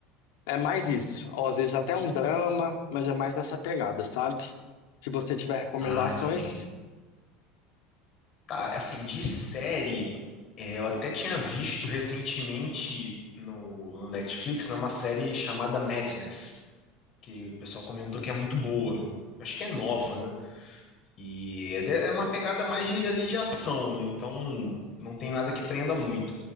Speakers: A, on the left (about 80°); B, on the left (about 45°).
A: é mais isso. Ou às vezes até um drama, mas é mais dessa pegada, sabe? Se você tiver recomendações,
B: Ah, entendi. Tá, assim, de série, é, eu até tinha visto recentemente no, no Netflix, né, uma série chamada Madness, que o pessoal comentou que é muito boa. Acho que é nova, né? E é, de- é uma pegada mais de, ali de ação, né? Então não tem nada que prenda muito.